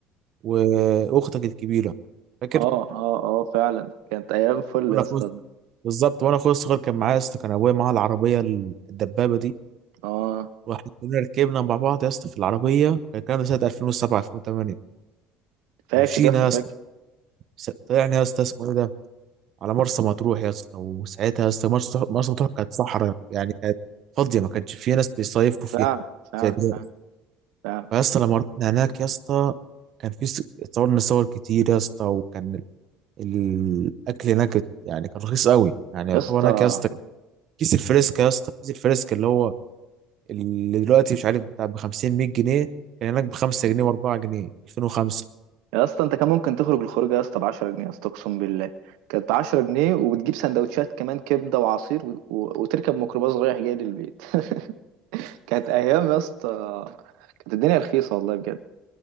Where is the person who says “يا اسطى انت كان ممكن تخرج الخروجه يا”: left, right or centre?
Right